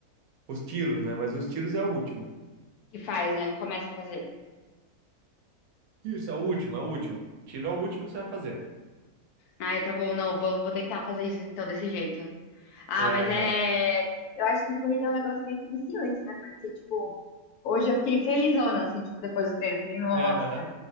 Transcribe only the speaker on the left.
Que faz, né? Que começa a fazer.
Ai, tá bom, não, vou, vou tentar fazer isso então desse jeito. Ah,
mas
é. Eu acho que corrida é um negócio meio que viciante, né? Porque, tipo, hoje eu fiquei felizona, assim, tipo, depois do treino. Eu Falei, nossa.